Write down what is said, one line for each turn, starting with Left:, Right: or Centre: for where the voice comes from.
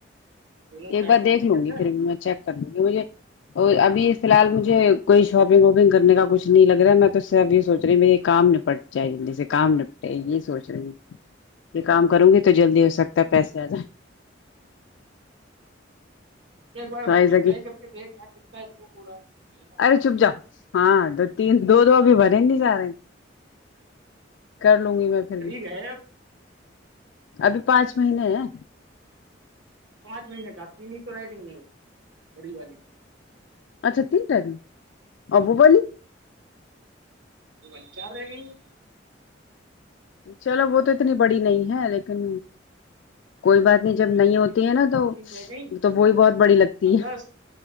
Right: دونوں
Left: ایک
Right: ٹائم
Left: بار دیکھ
Right: پہ نپٹ
Left: لوں گی
Right: جائیں
Left: پھر بھی میں چیک کر لوں گی مجھے اور ابھی فیحال مجھے کوئی شاپنگ واپنگ کرنے کا کچھ نہیں لگ رہا ہے میں تو اس سے اب یہ سوچ رہی ہوں میرے یہ کام پٹ جائے جلدی سے کام نپٹے یہ سوچ رہے ہیں یہ کام کروں گی تو جلدی ہو سکتا ہے پیسے آجاۓ
Right: ایک بار
Left: تو ایسا
Right: اپلائی
Left: کہ
Right: کر کے دیکھنا کتنا اپروو ہو رہا ہے لینا مت
Left: ارے چپ جا
Right: لینا
Left: ہاں دو تین دو دو ابھی بھرے نہیں جا رہے کر لوں گی میں پھر بھی
Right: ہے آپ
Left: ابھی پانچ مہینے ہیں
Right: پانچ مہینے کا تین تو رہ گئی ہے وہ بڑی والی
Left: اچھا تین <unintelligible> اور وہ والی
Right: وہ والی چار رہ گئی ہے
Left: چلو وہ تو اتنی بڑی نہیں ہے لیکن کوئی بات نہیں
Right: ہیں
Left: جب نہیں
Right: تین
Left: ہوتی ہے نا تو
Right: تین رہ گئی
Left: تو وہی بہت بڑی لگتی
Right: اگست
Left: ہے